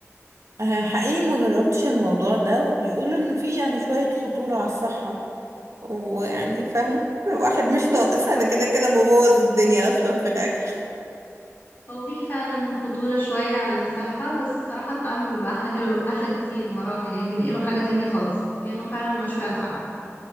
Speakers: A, on the right (about 70°); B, on the left (about 40°).
A: أه حقيقي ما جربتش الموضوع ده وبيقولوا ان فيه يعني شوية خطورة على الصحة ويعني فاهمة الواحد مش ناقص
B: هو
A: انا كده كده ببوظ الدنيا اصلا في الاكل
B: هو في فعلا خطوره شويه على الصحه بس صراحه الطعم بيبقى احلى حلو احلى كتير مراحل يعني بينقله حاجه تانية خالص كانه فعلا مشوي على الفحم